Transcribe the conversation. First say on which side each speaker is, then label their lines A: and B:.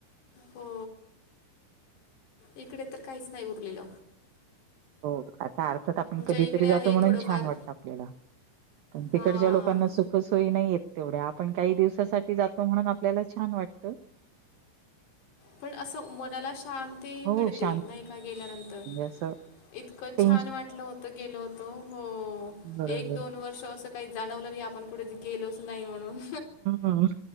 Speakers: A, on the left (about 60°); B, on the right (about 80°).
A: हो इकडे तर काहीच नाही उरलेल
B: हो आता अर्थात आपण कधीतरी
A: इकडे आहे
B: जातो म्हणून
A: थोडंफार
B: छान वाटतं आपल्याला पण
A: हां
B: तिकडच्या लोकांना सुख सोयी नाही येत तेवढ्या आपण काही दिवसासाठी जातो म्हणून आपल्याला छान वाटत
A: पण असं मनाला शांती
B: हो
A: मिळते
B: श
A: नाही का गेल्यानंतर
B: असं
A: इतकं
B: ते
A: छान वाटलं होत गेलं होत हो
B: बरोबर
A: एक दोन वर्ष असं काही जाणवलं नाही आपण कुेच गेलोच नाही म्हण
B: हम्म.